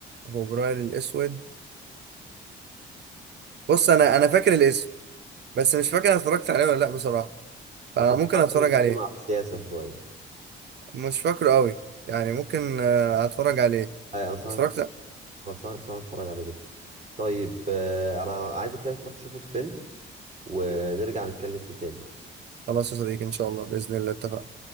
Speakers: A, on the right; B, on the right.
A: فبراير الاسود بص انا انا فاكر الاسم بس مش فاكر انا اتفرجت عليه ولا لا بصراحه فممكن
B: هو كان طبعاً
A: اتفرج
B: فيلم بيتكلم
A: عليه
B: على السياسه شويه
A: مش فاكره قوي يعني ممكن آه، اتفرج عليه
B: اي انصحك
A: اتفرجت
B: انصحك بصراحه تتفرج عليه جدا طيب آه انا عايزك كده تروح تشوف الفيلم ونرجع نتكلم فيه تاني
A: خلاص يا صديقي ان شاء الله باذن الله اتفقنا